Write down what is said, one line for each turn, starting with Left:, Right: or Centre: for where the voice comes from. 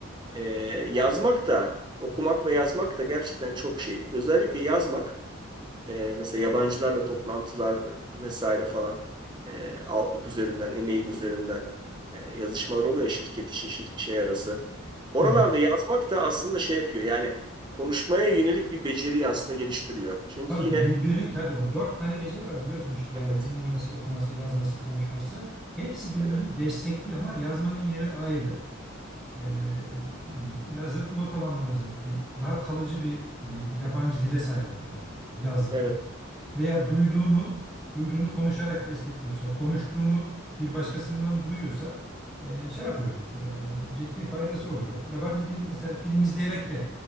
Right: e, yazmak da okumak ve yazmak da gerçekten çok şey. Özellikle yazmak e, mesela yabancılarla toplantılar vesaire falan e, Outlook üzerinden, e-mail üzerinden e, yazışmalar oluyor ya, şirket işi, şir- şey arası. Oralarda
Left: Evet.
Right: yazmak da aslında şey yapıyor. Yani konuşmaya yönelik bir beceriyi aslında geliştiriyor. Çünkü
Left: Tabii
Right: yine
Left: ki birbirini tabii o dört tane beceri var biliyorsun işte
Right: evet,
Left: yani dinlemesi, okuması, yazması, konuşması. Hepsi birbirini
Right: evet,
Left: destekliyor ama yazmanın yeri ayrı. Ee, yazıp not alanlar özellikle daha kalıcı bir e, yabancı dile sahip oluyorlar yazdıkları.
Right: evet,
Left: veya duyduğunu duyduğunu konuşarak destekliyorsa, konuştuğunu bir başkasından duyuyorsa e, şey yapıyor. e, ciddi faydası oluyor. Yabancı dil mesela film izleyerek de